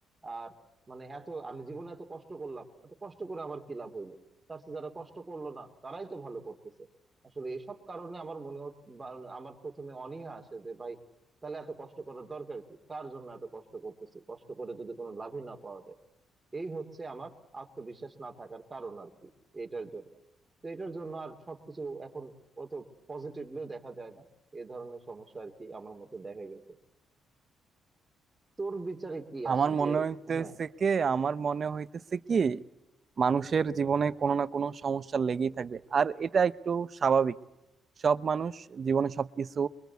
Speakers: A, on the right (about 20°); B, on the right (about 45°).
A: আর মানে এত আমি জীবনে এত কষ্ট করলাম এত কষ্ট করে আমার কি লাভ হইলো তার চেয়ে যারা কষ্ট করলো না তারাই তো ভালো করতেছে আসলে এসব কারণে আমার মনে হচ্ছে আমার প্রথমে অনীহা আসে যে ভাই তাহলে এত কষ্ট করার দরকার কি কার জন্য এত কষ্ট করতেছি কষ্ট করে যদি কোনো লাভই না পাওয়া যায় এই হচ্ছে আমার আত্মবিশ্বাস না থাকার কারণ আর কি এটার জন্য তো এটার জন্য আর সবকিছু এখন অত পজিটিভলিও দেখা যায় না এই ধরনের সমস্যা আর কি আমার মধ্যে দেখা গেছে তোর বিচারে কি আসে
B: আমার
A: যে
B: মনে হইতেছে
A: হ্যাঁ
B: কি আমার মনে হইতেছে কি মানুষের জীবনে কোনো না কোনো সমস্যা লেগেই থাকবে আর এটা একটু স্বাভাবিক সব মানুষ জীবনে সবকিছু